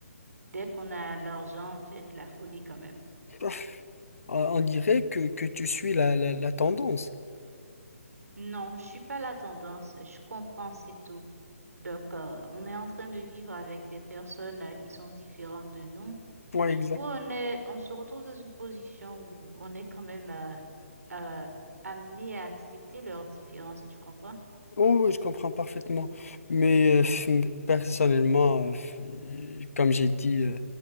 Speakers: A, on the right (about 80°); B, on the left (about 65°).
A: dès qu'on a l'argent, on fait de la folie quand même.
B: Baf, on on dirait que, que tu suis la, la, la tendance.
A: Non, je suis pas la tendance. Je comprends, c'est tout. Donc, euh, on est en train de vivre avec des personnes euh, qui sont différentes de nous.
B: Ouais,
A: Du coup, on est, on se retrouve dans une position où on est quand même euh, euh, amené à accepter leurs différences. Tu comprends?
B: Oh, oui, je comprends parfaitement. Mais euh, personnellement, euh, comme j'ai dit, euh,